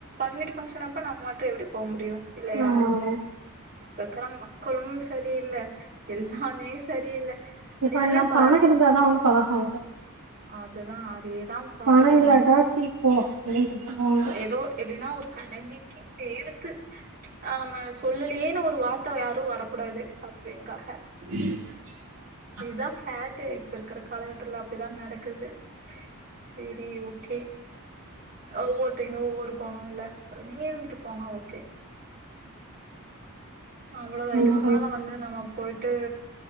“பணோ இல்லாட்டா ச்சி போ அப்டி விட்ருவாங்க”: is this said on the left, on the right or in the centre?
Right